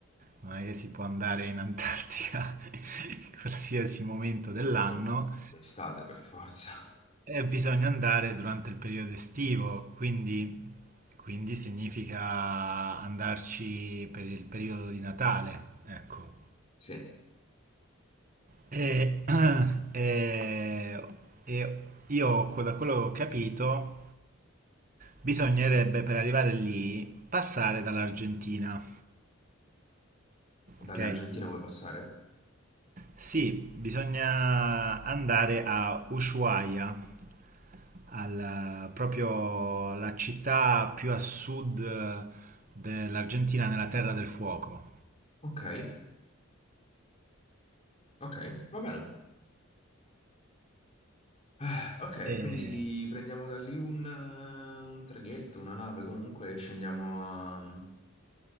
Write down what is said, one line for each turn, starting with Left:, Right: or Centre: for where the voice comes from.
Right: non è che si può andare in Antartica <laughs> in qualsiasi momento dell'anno,
Left: No, l'estate per forza.
Right: e bisogna andare durante il periodo estivo, quindi, quindi significa andarci per il periodo di Natale, ecco.
Left: Sì,
Right: E, <clears throat> e- e io, da quello che ho capito, bisognerebbe per arrivare lì passare dall'Argentina,
Left: dall'Argentina
Right: ok?
Left: vuoi passare?
Right: Sì, bisogna andare a Ushuaia, al- proprio la città più a sud dell'Argentina, nella Terra del Fuoco.
Left: Ok, ok, va bene. Eh, ok,
Right: E-
Left: quindi prendiamo da lì un, eh, un traghetto, una nave, comunque e scendiamo a-